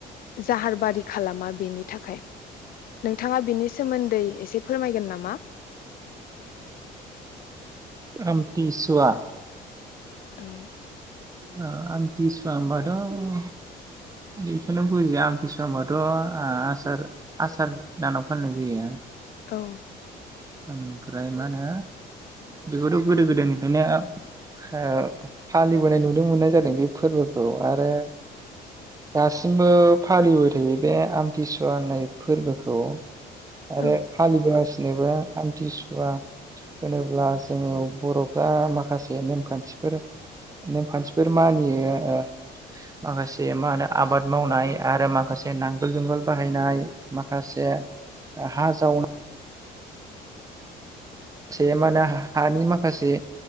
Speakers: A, on the left; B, on the right.
A: जाहार बारि खालामा बेनि थाखाय नोंथाङा बेनि सोमोन्दै एसे फोरमायगोन नामा?
B: आमथिसुवा
A: औ
B: ओ आमथिसुवा होनबाथ' बेखौनो बुजियो आमथिसुव ओ होनबाथ' आसार आसार दानाव फाननाय जायो।
A: औ
B: ओमफ्राय मा होनो बेखौथ' गोदो गोदायनिफ्रायनो ओ फालिबोनाय नुनो मोननाय जादों बे फोरबोखौ आरो दासिमबो फालिबाय थायो बे आमथिसुवा होननाय फोरबोखौ। आरो
A: औ
B: फालिबोगासिनो जोबा हामथिसुवा होनोब्ला जोङो बर'फ्रा माखासे नेमखान्थि नेमखान्थिफोर मानियो आरो माखासे मा होनो आबाद मावनाय आरो माखासे नांगोल फोरबो बाहायनाय‌हाय आरो माखासे हा जावनाय से मा होनो हानि माखासे